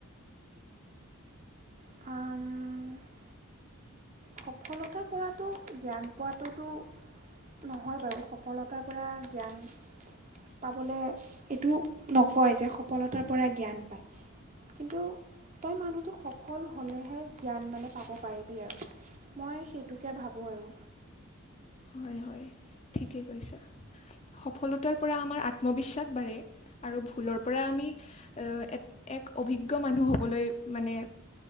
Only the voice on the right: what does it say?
আম সফলতাৰ পৰাতো, জ্ঞান পোৱটোতো নহয় বাৰু সফলতাৰ পৰা জ্ঞান পাবলৈ, এইটো নকয় যে সফলতাৰ পৰাই জ্ঞান পায়। কিন্তু তই মানুহটো সফল হ'লেহে জ্ঞান মানে পাব পাৰিবি আৰু। মই সেইটোকে ভাবোঁ আৰু।